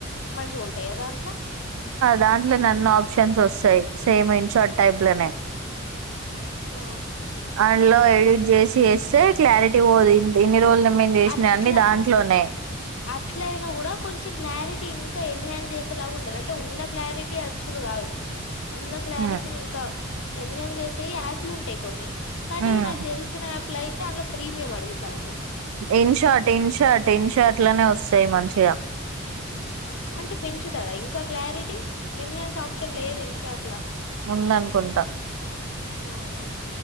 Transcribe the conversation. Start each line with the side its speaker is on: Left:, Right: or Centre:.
Left: మంచిగా ఉంటాయ దాంట్లో
Right: దాంట్లో నన్న ఆప్షన్స్ వస్తాయి సేమ్ ఇన్ షార్ట్ టైప్ లోనే
Left: ఓ
Right: దాంలో ఎడిట్ చేసి వేస్తే క్లారిటీ పోదింది ఇన్ని రోజులు మేము చేసినయి
Left: అట్లా
Right: అన్ని దాంట్లోనే
Left: అట్ల అయినా కూడా కొంచెం క్లారిటీ ఇంకా ఎన్హాన్స్ చేసేలాగా ఉండాల అంటే ఉన్న క్లారిటీ అచ్చుడు కాదు ఉన్న క్లారిటీని
Right: హ్మ్
Left: ఇంకా ఎన్హాన్స్ చేసి స యాప్లు ఉంటాయి కొన్ని కానీ
Right: హ్మ్
Left: నాకు తెలిసిన లైతే అందులో ప్రీమియం అడుగుతంది
Right: InShot InShot InShot ట్లానే వస్తాయి మంచిగా
Left: అంటే పెంచుతదా ఇంకా క్లారిట్ టి ఇంహన్స్ ఆప్షన్ లేదు ఇంష్ ఎట్లా
Right: ఉందన్ కుంట
Left: అవునా